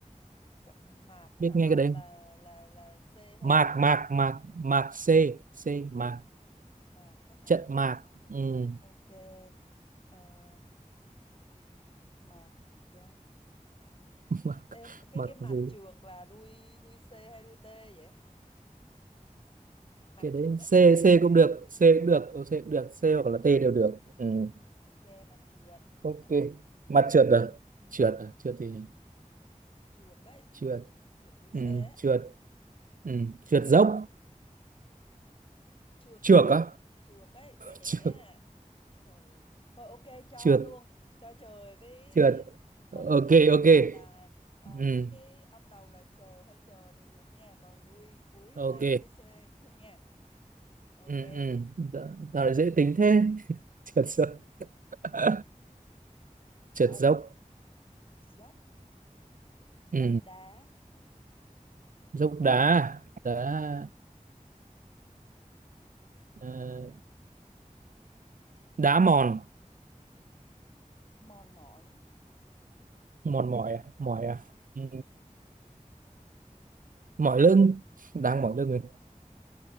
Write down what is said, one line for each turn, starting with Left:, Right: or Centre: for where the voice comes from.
Left: Trận mạt á
Right: biết
Left: hả?
Right: nghe
Left: Mạt
Right: cái đấy không?
Left: là là là C hay
Right: mạc
Left: là T?
Right: mạc mạc mạc c c mạc
Left: Mạt á hả?
Right: trận mạc Ừm,
Left: Ok. Ờ, mạc gì cha?
Right: <laughs> mạc
Left: Em cái
Right: mạc
Left: cái mạc
Right: gì
Left: trượt là đuôi đuôi C hay đuôi T vậy? Mạc
Right: cái đấy
Left: trượt ấy.
Right: c c cũng được c cũng được ô, c cũng được c hoặc là t đều được Ừm,
Left: Ok, mạc trượt. <laughs>
Right: ok mặt trượt rồi
Left: Ừ,
Right: trượt à trượt thì
Left: trượt ấy,
Right: trượt
Left: trượt đuôi
Right: Ừm,
Left: C ấy.
Right: trượt Ừm, trượt dốc
Left: Trượt,
Right: trượt á
Left: trượt ấy, trời nhẹ.
Right: trượt
Left: à. Trời. Thôi ok cho
Right: trượt
Left: luôn, cho trời với
Right: trượt
Left: ừ, thôi
Right: ok
Left: thôi thống nhất
Right: ok
Left: lại là à,
Right: ừ
Left: cái cái âm đầu là chờ hay chờ đều được nha, còn đuôi cuối
Right: ok
Left: T với C cũng được nha. Ok,
Right: ừ ừ
Left: trượt
Right: dạ,
Left: dốc.
Right: sao lại dễ tính thế <laughs> trượt dốc
Left: Ừ.
Right: <laughs>
Left: Thôi,
Right: trượt
Left: à,
Right: dốc
Left: dốc dốc
Right: ừ
Left: đá
Right: dốc đá
Left: ừ.
Right: đá ờ, đá mòn
Left: mòn mỏi
Right: mòn mỏi à mỏi
Left: Ừ.
Right: à ừ. mỏi lưng đang mỏi lưng rồi